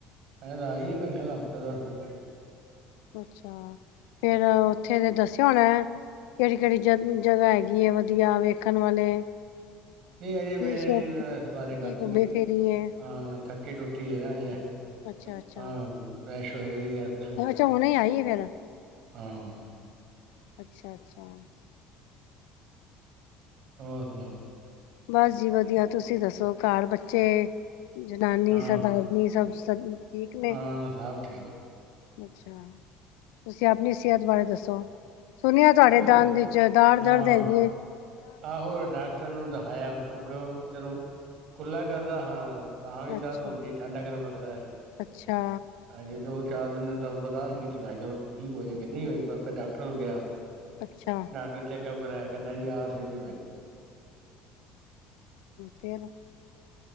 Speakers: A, on the right; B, on the left.
A: ਏ ਲਾ ਆਈ ਐ, ਮੇਰਾ ਖਿਆਲ ਹਫਤਾ ਦਸ ਦਿਨ।
B: ਅੱਛਾ ਫੇਰ ਉੱਥੇ ਦੇ ਦੱਸਿਆ ਹੋਣਾ ਕਿਹੜੀ, ਕਿਹੜੀ ਜ ਜਗ੍ਹਾਹ ਹੈਗੀ ਏ ਵਧੀਆ, ਵੇਖਣ ਵਾਲੇ
A: ਨਹੀਂ ਅਜੇ
B: ਕੀ
A: ਮੇਰੀ
B: ਸ਼ੋਪਿੰਗ
A: ਇਸ ਬਾਰੇ
B: ਕੀ
A: ਗੱਲ
B: ਘੁੰਮੇ
A: ਨਈ ਹੋਈ,
B: ਫਿਰੀ ਏ,
A: ਹਾਂ ਥੱਕੀ ਟੁੱਟੀ ਹੈ ਨਾ ਅਜੇ।
B: ਅੱਛਾ-ਅੱਛਾ।
A: ਹਾਂ ਏਸ਼ ਹੋ ਰਹੀ ਏਦਰ
B: ਤੇ ਹੁਣੇ ਈ ਆਈ ਐ ਫਿਰ।
A: ਹਾਂ।
B: ਅੱਛਾ, ਅੱਛਾ।
A: ਹੋਰ ਸੁਣਾਓ।
B: ਬਸ ਜੀ ਵਧੀਆ ਤੁਸੀਂ ਦੱਸੋ, ਘਰ ਬੱਚੇ ਜਨਾਨੀ
A: ਹਾਂ
B: ਸਰਦਾਰਨੀ ਸਭ, ਸਭ ਠੀਕ ਨੇ।
A: ਹਾਂ ਸਭ ਠੀਕ
B: ਅੱਛਾ, ਤੁਸੀਂ ਆਪਣੀ ਸਿਹਤ ਬਾਰੇ ਦੱਸੋ? ਸੁਣਿਆ ਤੁਹਾਡੇ
A: ਉਹ
B: ਦੰਦ ਚ ਦਾੜ
A: ਹਾਂ
B: ਦਰਦ ਹੈਗੀ ਏ।
A: ਆਹੋ ਡਾਕਟਰ ਨੂੰ ਦਿਖਾਇਆ, ਕਿਉਂਕਿ ਜਦੋਂ ਕੁਲਾ ਕਰਦਾ ਹਾਂ। ਤਾਂ ਵੀ
B: ਅੱਛਾ
A: ਦਰਦ ਹੁੰਦੀ ਠੰਡਾ ਗਰਮ ਲੱਗਦਾ ਐ
B: ਅੱਛਾ
A: ਹਜੇ ਦੋ ਚਾਰ ਦਿਨ ਦੇ ਤੁਹਾਨੂੰ ਪਤਾ ਠੀਕ ਹੋ ਜਾਏਗੀ, ਨਹੀ ਹੋਈ ਮੈ ਡਾਕਟਰ ਨੂੰ ਕਹਿਆ।
B: ਅੱਛਾ।
A: ਸਾਰਾ ਚੈੱਕਅਪ ਕਰਆ, ਕਹਿੰਦਾ ਆਰ ਸੀਟੀ ਹੋਏਗੀ।
B: ਫੇਰ